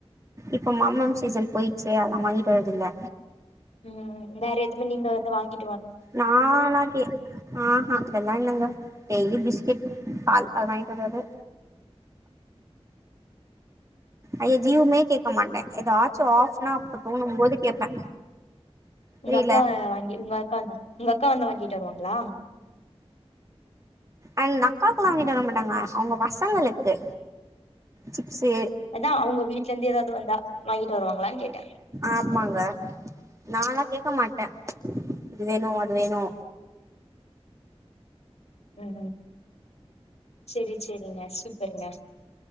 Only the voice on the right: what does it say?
இப்ப மாம்பழம் சீசன் போயிச்சி ஆனா வாங்கிட்டு வரதில்ல
நானாக்கே ஆஹா அதெல்லா இல்லங்க டெய்லி பிஸ்கட் பால் அது வாங்கிட் வருவாரு ஐயோ ஜீவுமே கேட்க மாட்ட ஏதாச்சு ஆச்சினா அப்ப தோணு போது கேட்பே
புரியல
அண்ட் அக்காக்குல்லா வாங்கிட்டு வர மாட்டாங்க அவுங்க பசங்களுக்கு சிப்சு
ஆமாங்க நலா கேட்க மாட்ட இது வேணு அது வேணு